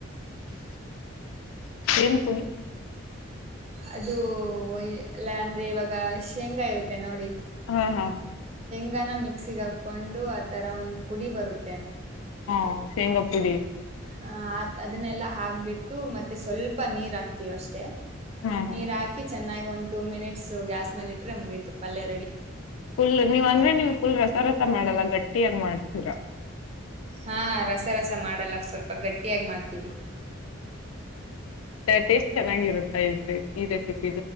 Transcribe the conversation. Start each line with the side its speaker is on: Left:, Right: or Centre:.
Left: <inaudible> ಏನ್ ಪುಡಿ
Right: ಅದು ಎಲ್ಲ ಅಂದ್ರೆ ಇವಾಗ ಶೇಂಗಾ ಇರುತ್ತೆ ನೋಡಿ
Left: ಹಾ ಹಾ
Right: ಈಗಾನ ಮಿಕ್ಸಿಿಗೆ ಹಾಕೊಂಡು ಆ ತರ ಒಂದ್ ಪುಡಿ ಬರುತ್ತೆ
Left: ಹ ಶೇಂಗಾ ಪುಡಿ
Right: ಹ ಅದನ್ನೆಲ್ಲಾ ಹಾಕ್ಬಿಟ್ಟು ಮತ್ತೆ ಸ್ವಲ್ಪ ನೀರ್ ಹಾಕ್ತಿೀವ ಅಷ್ಟೇ
Left: ಹಾ ಹಾ
Right: ನೀರ್ ಹಾಕಿ ಚೆನ್ನಾಗಿ ಉಂಟ ಟು ಮಿನಿಟ್ಸ್ ಗ್ಯಾಸ್ ಮೇಲೆ ಇಟ್ಟ್ರೆ ಮುಗೀತು ಪಲ್ಯ ರೆಡಿ
Left: ುಲ್ ನೀವ್ ಅಂದ್ರೆ ನಿವ್ ಫುಲ್ರ ಸರ ಮಾಡಲ್ಲ ಗಟ್ಟಿಯಾಗ ಮಾಡ್ತೀರ
Right: ಹಾ ರಸರಸ ಮಾಡಲ್ಲ ಸ್ವಲ್ಪ ಗಟ್ಟಿಯಾಗಿ ಮಾಡ್ತೀವಿ
Left: ಟೇಸ್ಟ್ ಚೆನ್ನಾಗಿರುತ್ತ ಈ ರೆಸಿಪಿ